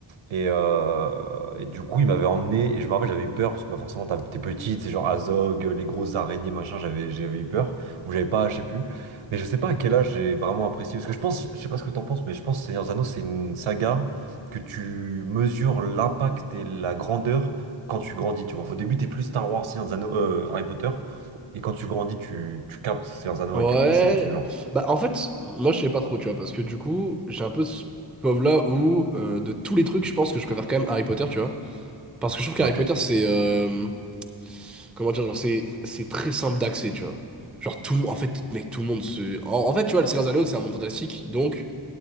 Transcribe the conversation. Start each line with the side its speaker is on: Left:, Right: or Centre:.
Right: Et, euh, et du coup, il m'avait emmené, et je me rappelle, j'avais eu peur, parce que bah, forcément, t'as- t'es petite, c'est genre Azog, euh, les grosses araignées, machin, j'avais j'avais eu peur, ou j'avais pas, je sais plus. Mais je sais pas à quel âge j'ai vraiment apprécié, parce que je pense, je sais pas ce que t'en penses, mais je pense que Seigneur des Anneaux, c'est une saga que tu mesures l'impact et la grandeur quand tu grandis, tu vois. Au début, t'es plus Star Wars, Seigneur des Anneaux, euh, Harry Potter, et quand tu grandis, tu, tu captes Seigneur des Anneaux
Centre: Ouais,
Right: à quel point c'est au-dessus, genre.
Centre: bah en fait, moi je sais pas trop, tu vois, parce que du coup, j'ai un peu ce pauvre-là où, euh, de tous les trucs, je pense que je préfère quand même Harry Potter, tu vois. Parce que je trouve qu'Harry
Right: Ok,
Centre: Potter, c'est, euh, comment dire, genre, c'est, c'est très simple d'accès, tu vois. Genre, tout le monde, en fait, mec, tout le monde se... En, en fait, tu vois, le Seigneur des Anneaux, c'est un monde fantastique, donc,